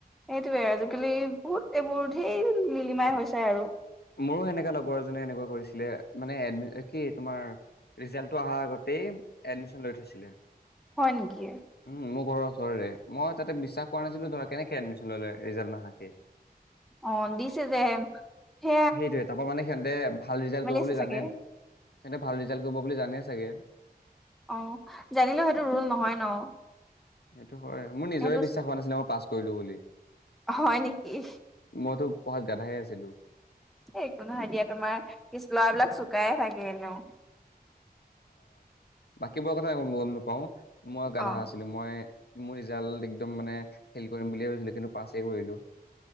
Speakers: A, in the centre; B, on the left (about 80°).
A: সেইটোৱে আজিকালি বহুত এইবোৰ ঢেৰ লিলিমাই হৈছে আৰু
B: মোৰো সেনেকা লগৰ এজনে এনেকুৱা কৰিছিলে মানে কি তোমাৰ ৰিজাল্টো অহাৰ আগতে এডমিচন লৈ থৈছিলে
A: হয় নেকি?
B: উম মোৰ ঘৰৰ মই তাতে বিশ্বাস কৰা নাছিলো ধৰা কেনেকৈ এডমিচন ললে ৰিজাল্ট নাহাকে
A: অ দিছে যে সে
B: সেইটোৱে তাৰ পৰা মানে সিহঁতে ভাল ৰিজাল্ট কৰিব বুলি
A: আছে
B: জানে
A: চাগে
B: সিহঁতে ভাল ৰিজাল্ট কৰিব বুলি জানে চাগে
A: অঁ জানিলেও সেইটো ৰোল নহয় ন
B: সেইটো হয় মোৰ নিজৰে
A: সেইটো
B: বিশ্বাস হোৱা নাছিলে মই পাছ কৰিলো বুলি
A: হয় নেকি
B: মইতো পঢ়াত গাধা আছিলো
A: একো নহয় দিয়া তোমাৰ পিছ লৰাবিলাক চুকাই হয় েন <inaudible>
B: বাকীবোৰ কথা গম নাপাও মই গাধা
A: অ
B: আছিলো মই মোৰ ৰিজাল্ট একদম মানে ফেইল কৰিম বুলিয়ে ভাবিছিলো কিন্তু পাছে কৰিলো।